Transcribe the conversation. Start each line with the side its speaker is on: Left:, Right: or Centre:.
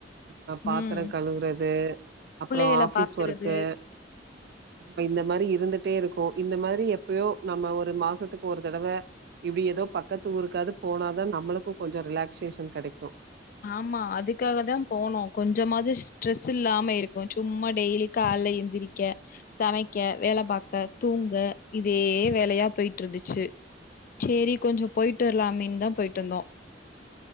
Right: ஆ பாத்திர
Left: ம்
Right: கழுவுறது அப்பறோ
Left: புள்ளைகள
Right: ஆபீஸ்
Left: பாக்குறது
Right: ஒர்க்கு நம்ம இந்த மாரி இருந்துட்டே இருக்கோ இந்த மாரி எப்பயோ நம்ம ஒரு மாசத்துக்கு ஒரு தடவ இப்டி ஏதோ பக்கத்து ஊருக்காவது போனாதான் நம்மளுக்கு கொஞ்சோ ரிலாக்சேஷன் கிடைக்கு
Left: ஆமா அதுக்காக தா போனோ கொஞ்சமாவது ஸ்ட்ரெஸ் இல்லாம இருக்கு சும்மா டெய்லி கால்ல எழுந்திரிக்க சமைக்க வேல பார்க்க தூங்க இதே வேலையா போயிட்ருந்துச்சு சேரி கொஞ்சோ போய்ட்டு வரலாமே தான் போய்ட்டு வந்தோம்